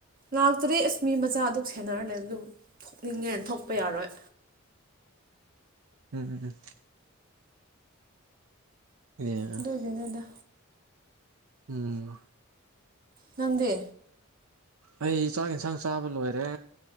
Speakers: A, on the right; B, on the right.
A: ꯂꯥꯛꯇ꯭ꯔꯦ ꯑꯁꯃꯤ ꯃꯆꯥꯗꯨ ꯁꯦꯟꯅꯔꯂꯦ ꯑꯗꯨ ꯊꯣꯛꯅꯤꯡꯉꯦꯅ ꯊꯣꯛꯄ ꯌꯥꯔꯣꯏ
B: ꯎꯝ ꯎꯝ ꯑꯦ
A: ꯑꯗꯨꯗꯨꯒꯤꯗꯗꯗꯥ
B: ꯎꯝ
A: ꯉꯗꯦ
B: ꯑꯩ ꯆꯥꯛ ꯏꯟꯁꯥꯡ ꯆꯥꯕ ꯂꯣꯏꯔꯦ